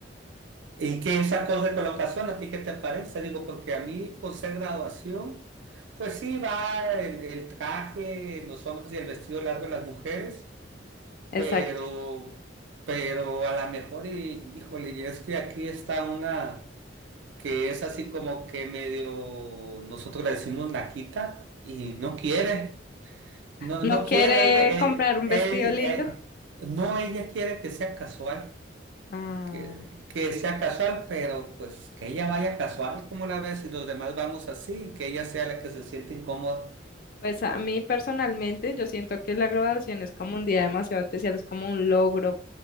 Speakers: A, on the right; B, on the left.
A: ¿Y qué es acorde de colocación? ¿A ti qué te parece? Digo, porque a mí, por ser graduación, pues sí va el, el traje en los hombres y el vestido largo en las mujeres,
B: Exacto.
A: pero, pero a lo mejor, y, híjole, y es que aquí está una que es así como que medio, nosotros le decimos naquita y no quiere. No,
B: No
A: no
B: quiere
A: quiere ella, eh,
B: comprar un
A: él,
B: vestido lindo.
A: eh, no ella quiere que sea casual,
B: Ah.
A: que, que sea casual, pero pues que ella vaya casual, como la ves, y los demás vamos así, y que ella sea la que se siente incómoda,
B: Pues a mí personalmente yo siento que la graduación es como un día demasiado especial, es como un logro